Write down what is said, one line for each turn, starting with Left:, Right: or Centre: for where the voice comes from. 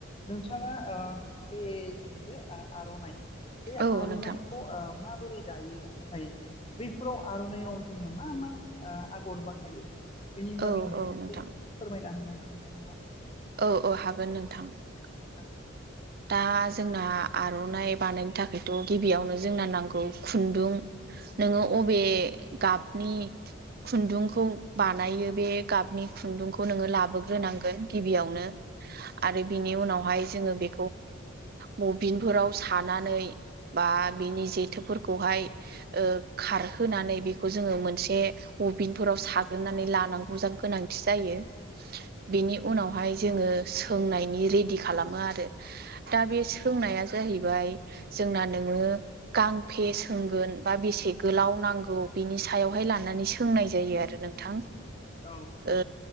Left: नोंथाङा ओ बेजों जे ओ आर'नाइ बे
Right: औ
Left: आर'नाइखौ
Right: नोंथां
Left: ओ मा माबोरै दायो ओमफ्राय बैफोराव आर'नायइाव जोङो मा मा ओ आगर बाहायो? बेनि
Right: औ
Left: बागै नोंथाङा
Right: औ
Left: एसे
Right: नोंथां
Left: फोरमायना होनो हागोन नामा?
Right: औ औ <unintelligible>
Left: औ।
Right: दा जोंना आर'नाइ बानायनो थाखायथ' गिबियावनो जोंना नांगौ खुन्दुं। नोङो अबे गाबनि खुन्दुंखौ बानायो बे गाबनि खुन्दुंखौ नोङो लाबोग्रोनांगोन। गिबियावनो आरो बिनि उनावहाय जोङो बे मबिनफोराव सानानै बा बिनि जेथोफोरखौहाय ओ खारहोनानै बेखौ जोङो मोनसे अभिनफोराव साग्रोनानै लानांगौ गोनांथि जायो। बेनि उनावहाय जोङो सोंनायनि रेडि खालामो आरो। दा बे सोंनाया जाहैबाय जोंना नोङो गांफे सोंगोन बा बेसे गोलाव नांगौ बिनि सायावहाय लानानै सोंनाय जायो आरो। नोंथां
Left: औ
Right: ओ